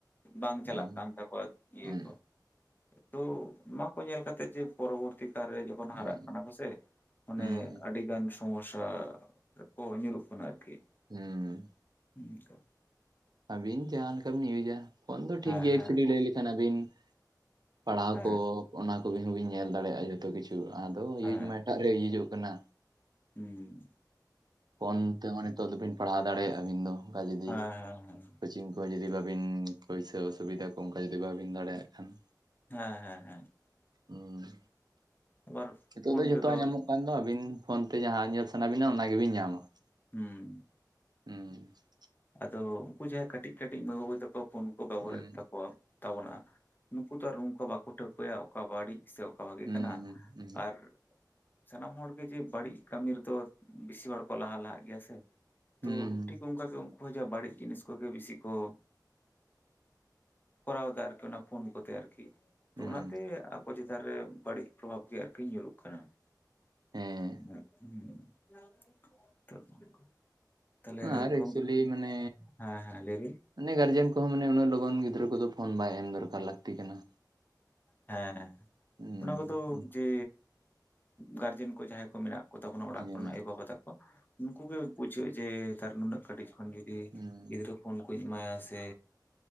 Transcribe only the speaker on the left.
ᱵᱟᱝ
ᱪᱟᱞᱟᱜ ᱠᱟᱱ ᱛᱟᱠᱚᱣᱟ ᱤᱭᱟᱹ
ᱠᱚ᱾ ᱛᱚ ᱱᱚᱣᱟ ᱠᱚ ᱧᱮᱞ ᱠᱟᱛᱮ ᱡᱮ ᱯᱚᱨᱚᱵᱚᱨᱛᱤ ᱠᱟᱞᱨᱮ ᱵᱚᱱ ᱦᱟᱨᱟᱜ
ᱠᱟᱱᱟ ᱠᱚᱥᱮ, ᱚᱱᱮ
ᱟᱹᱰᱤ ᱜᱟᱱ ᱥᱚᱢᱚᱥᱥᱟ ᱠᱚ ᱧᱩᱨᱩᱜ ᱠᱟᱱᱟ ᱟᱨᱠᱤ᱾
ᱩᱸᱠᱟ᱾
ᱦᱮᱸ
ᱦᱮᱸ
ᱦᱮᱸ
ᱦᱮᱸ
ᱦᱩᱸ ᱾
ᱦᱮᱸ ᱦᱮᱸ ᱦᱮᱸ
ᱦᱮᱸ ᱦᱮᱸ ᱦᱮᱸ ᱾
ᱟᱵᱟᱨ
ᱯᱷᱳᱱ
ᱛᱮᱫᱚ
ᱦᱩᱸ ᱾
ᱟᱫᱚ ᱩᱱᱠᱩ ᱡᱟᱦᱟᱸᱭ ᱠᱟᱹᱴᱤᱡ ᱠᱟᱹᱴᱤᱡ ᱢᱟᱹᱭ ᱵᱟᱹᱵᱩ ᱛᱟᱠᱚ ᱯᱳᱩᱱ ᱠᱚ ᱵᱮᱵᱚᱦᱟᱨ
ᱮᱫ ᱛᱟᱠᱚᱣᱟ, ᱛᱟᱵᱚᱱᱟ ᱱᱩᱠᱩ ᱛᱚ ᱟᱨ ᱚᱱᱠᱟ ᱵᱟᱠᱚ ᱴᱷᱟᱹᱣᱠᱟᱹᱭᱟ ᱚᱠᱟ ᱵᱟᱹᱲᱤᱡ ᱥᱮ ᱵᱷᱟᱜᱮ
ᱠᱟᱱᱟ
ᱟᱨ ᱥᱟᱱᱟᱢ ᱦᱚᱲᱜᱮ ᱡᱮ ᱵᱟᱹᱲᱤᱡ ᱠᱟᱹᱢᱤ ᱨᱮᱫᱚ ᱵᱮᱥᱤ ᱦᱚᱲ ᱠᱚ ᱞᱟᱦᱟ ᱞᱟᱦᱟᱜ ᱜᱮᱭᱟ ᱥᱮ ᱾ ᱛᱚ
ᱴᱷᱤᱠ ᱚᱱᱠᱟᱜᱮ ᱩᱱᱠᱩ ᱦᱚᱸ ᱡᱟ ᱵᱟᱹᱲᱤᱡ ᱡᱤᱱᱤᱥ ᱠᱚᱜᱮ ᱵᱤᱥᱤ ᱠᱚ ᱠᱚᱨᱟᱣ ᱫᱟ ᱟᱨᱠᱤ ᱚᱱᱟ ᱯᱷᱳᱱ ᱠᱚᱛᱮ ᱟᱨᱠᱤ ᱾ ᱛᱚ
ᱚᱱᱟᱛᱮ ᱟᱵᱚ ᱪᱮᱛᱟᱱ ᱨᱮ ᱵᱟᱹᱲᱤᱡ ᱯᱨᱚᱵᱷᱟᱵᱽ ᱜᱮ ᱟᱨᱠᱤ ᱧᱩᱨᱩᱜ ᱠᱟᱱᱟ᱾
<unintelligible> ᱛᱟᱦᱚᱞᱮ
ᱜᱚᱝᱠᱮ
ᱦᱮᱸ ᱦᱮᱸ ᱞᱟᱹᱭ ᱵᱤᱱ,
ᱦᱮᱸ
ᱚᱱᱟ ᱠᱚᱫᱚ
ᱡᱮ ᱜᱟᱨᱡᱮᱱ ᱠᱚ ᱡᱟᱦᱟᱸᱭ ᱠᱚ ᱢᱮᱱᱟᱜ ᱠᱚᱛᱟ ᱵᱚᱱᱟ ᱚᱲᱟᱜ
ᱠᱚᱨᱮᱱ ᱟᱭᱳ ᱵᱟᱵᱟ ᱛᱟᱠᱚ, ᱱᱩᱠᱩ ᱜᱮ ᱵᱩᱡᱷᱟᱹ ᱡᱮ ᱛᱟᱨ ᱱᱩᱱᱟᱹᱜ ᱠᱟᱹᱴᱤᱡ ᱠᱷᱚᱱ ᱡᱩᱫᱤ
ᱜᱤᱫᱽᱨᱟᱹ ᱯᱷᱳᱱ ᱠᱚᱧ ᱮᱢᱟᱭᱟ ᱥᱮ